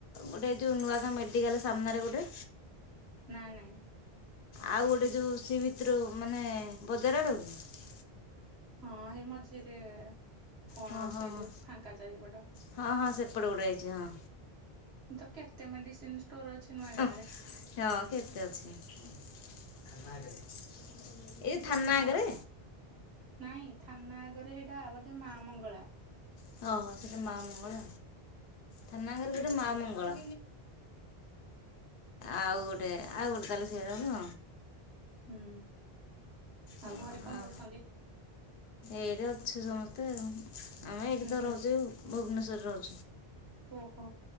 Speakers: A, on the left; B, on the right.
A: ଗୋଟ ତି ଉଣ ବେଟିକଲ ସନାରେ ଗୋଟେ
B: ନାଇଁ ନାଇଁ
A: ଆଉ ଗୋଟେ ଯେଉଁ ସି ଭିତ୍ର ମାନେ ବଜାର ଆଡ଼କୁ କି?
B: ହଁ ସେ ମଝିରେ କଣ
A: ହଁ
B: ଅଛି
A: ହଁ
B: ଏଠି
A: ହଁ
B: ଫାଙ୍କା ଚାରିପଟ
A: ହଁ ହଁ ସେପ ଟୁ ଗୋଟେ ଯାଇଚି ହଁ।
B: ତ କେତେ ମେଡିସିନ ଷ୍ଟୋର ଅଛି ନୂଆ
A: ହଁ
B: ଗାଁରେ
A: କେତେ ଅଛି। <unintelligible> ଏଇ ଥାନା ଆଗରେ
B: ଆଉ ନାଇଁ ଥାନା ଆଗରେ ସେଇଟା ବୋଧେ ମା ମଙ୍ଗଳା
A: ହହୋ ସେଟା ମାଆ ମଙ୍ଗଳ ଥାନା ଘରେ ଗୋଟେ ମା ମଙ୍ଗଳ ଆଉ ଗୋଟେ ଆଉ ଗୋଟେ ତାହେଲେ ସେ ଜଣୁ
B: ହୁଁ। ଆଉ
A: ହ
B: ଘରେ କଣ
A: ଆଉ
B: କରୁଛନ୍ତି?
A: ଏଇଠି ଅଛୁ ସମସ୍ତେ ଆମେ ଏଇଠି
B: ହୁଁ
A: ତ
B: ହୁଁ
A: ରହୁଛେ ଭୁବନେଶ୍ୱରରେ ରହୁଛୁ।
B: ଓହୋ।